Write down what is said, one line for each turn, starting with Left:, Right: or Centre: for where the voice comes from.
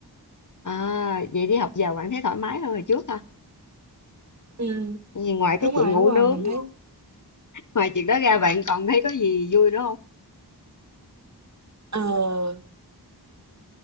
Left: à vậy đi học giờ bạn thấy thoải mái hơn hồi trước ha
Right: Ừm,
Left: Vì ngoài cái
Right: đúng rồi,
Left: chuyện ngủ
Right: đúng rồi,
Left: nướng
Right: mình thấy
Left: ngoài chuyện đó ra bạn còn thấy có gì vui nữa không
Right: ờ,